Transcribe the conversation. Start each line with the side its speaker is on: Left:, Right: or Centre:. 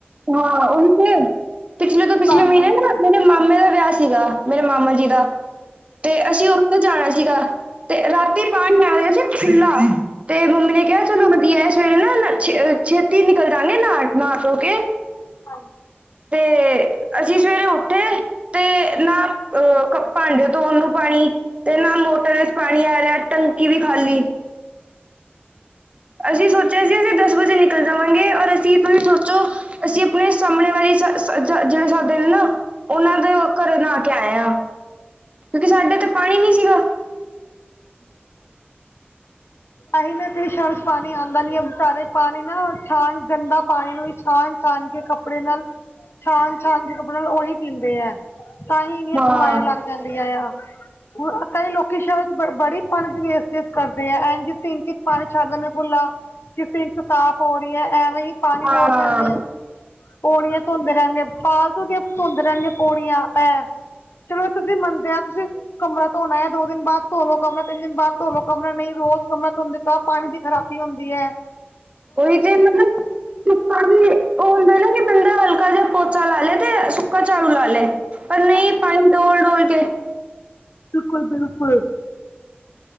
Right: ਹਾਂ ਉਹ ਪਿਛਲੇ ਤੋਂ ਪਿਛਲੇ
Left: ਆਂਦਾ
Right: ਮਹੀਨੇ ਨਾ ਮੇਰੇ ਮਾਮੇ ਦਾ ਵਿਆਹ ਸੀਗਾ ਮੇਰੇ ਮਾਮਾ ਜੀ ਦਾ। ਤੇ ਅਸੀਂ ਉੱਥੇ ਜਾਣਾ ਸੀਗਾ। ਤੇ ਰਾਤੀ ਪਾਣੀ ਲ ਰਿਹਾ ਸੀ ਖੁਲਾ ਤੇ ਮੰਮੀ ਨੇ ਕਿਹਾ ਚਲੋ ਵਧੀਆ ਸਵੇਰੇ ਨਾ ਛੇ ਛੇਤੀ ਨਿਕਲ ਜਾਗੇ ਨਾ ਨਾਧੋ ਕੇ।
Left: ਹਮ।
Right: ਤੇ ਅਸੀਂ ਸਵੇਰੇ ਉੱਠੇ ਤੇ ਨਾ ਅਹ ਭਾਂਡੇ ਧੋਣ ਨੂੰ ਪਾਣੀ ਤੇ ਨਾ ਮੋਟਰ ਵਿੱਚ ਪਾਣੀ ਆ ਰਿਹਾ ਟੰਕੀ ਵੀ ਖਾਲੀ। ਅਸੀਂ ਸੋਚਿਆ ਸੀ ਅਸੀਂ ਦਸ ਵਜੇ ਨਿਕਲ ਜਾਵਾਂਗੇ ਔਰ ਅਸੀਂ ਤੁਸੀਂ ਸੋਚੋ ਅਸੀਂ ਆਪਣੇ ਸਾਹਮਣੇ ਵਾਲੀ ਜਿਹੜੇ ਸਾਡੇ ਨੇ ਨਾ ਉਹਨਾਂ ਦੇ ਘਰੇ ਨਹਾ ਕੇ ਛੋਟੀ ਆਏ ਆ। ਕਿਉਂਕਿ ਸਾਡੇ ਤੇ ਪਾਣੀ ਨੀ ਸੀਗਾ।
Left: <unintelligible> ਅਸੀ ਨਾ <unintelligible> ਪਾਣੀ ਆਉਂਦਾ ਨੀ ਆ ਵਿਚ ਸਾਰੇ ਪਾਣੀ ਨਾ ਛਾਨ ਗੰਦਾ ਪਾਣੀ ਨੂੰ ਵੀ ਛਾਨ ਛਾਨ ਕੇ ਕੱਪੜੇ ਨਾਲ ਛਾਨ-ਛਾਨ ਕੇ ਕੱਪੜੇ ਨਾਲ ਓਹੀ ਪੀਂਦੇ ਐ। ਤਾਹੀ ਇਨੀ
Right: ਹਾਂ
Left: ਬਿਮਾਰੀਆਂ ਲੱਗ ਜਾਂਦੀਆਂ ਆ ਕਈ ਲੋਕੀ ਸ਼ਰਤ ਬ ਬੜੀ ਪਾਣੀ ਦੀ ਵੇਸਟੇਜ ਕਰਦੇ ਆ ਐਂਜ ਸਿਂਕ ਇਚ ਪਾਣੀ ਛਡ ਦੇਂਦੇ ਖੁਲਾ। ਕਿ ਸਿਂਕ ਸਾਫ਼ ਹੋ ਰਹੀ ਹੈ ਐਵੇਂ ਹੀ ਪਾਣੀ ਰੋੜ
Right: ਹਾਂ
Left: ਦੇਣਗੇ। ਪੌੜੀਆਂ ਧੋਂਦੇ ਰਹਿਣਗੇ ਫਾਲਤੂ ਦੀਆਂ ਧੋਂਦੇ ਰਹਿਣਗੇ ਪੌੜੀਆਂ ਐ। ਚਲੋ ਤੁਸੀ ਮੰਨਦੇ ਆ ਤੁਸੀ ਕਮਰਾ ਧੋਣਾ ਐ ਦੋ ਦਿਨ ਬਾਅਦ ਧੋ ਲੋ। ਕਮਰਾ ਤਿੰਨ ਦਿਨ ਬਾਦ ਧੋਲੋ ਕਮਰਾ ਨਈ ਰੋਜ਼ ਕਮਰਾ ਧੋਂਦੇ ਤਾ ਪਾਣੀ ਦੀ ਖਰਾਬੀ ਹੁੰਦੀ ਐ।
Right: ਓਹੀ ਤੇ ਮਤਲਬ ਵੀ ਪਾਣੀ ਓ ਹੁੰਦਾ ਨਾ ਕਿ ਬੰਦਾ ਹਲਕਾ ਜਾ ਪੋਚਾ ਲਾ ਲਏ ਤੇ ਸੁੱਕਾ ਝਾੜੂ ਲਾ ਲੇ। ਪਰ ਨਹੀਂ
Left: ਹਾਂਜੀ
Right: ਪਾਣੀ ਡੋਲ ਡੋਲ ਕੇ
Left: ਬਿਲਕੁਲ ਬਿਲਕੁਲ।